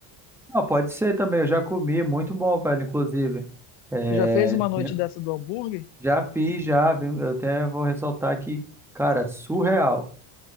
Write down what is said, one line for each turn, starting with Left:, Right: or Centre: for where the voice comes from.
Centre: Ah, pode ser também, eu já comi, muito bom, velho, inclusive. É,
Left: Tu já fez uma noite
Centre: eu
Left: dessa do hambúrguer?
Centre: já fiz, já, viu? eu até vou ressaltar aqui, cara, surreal.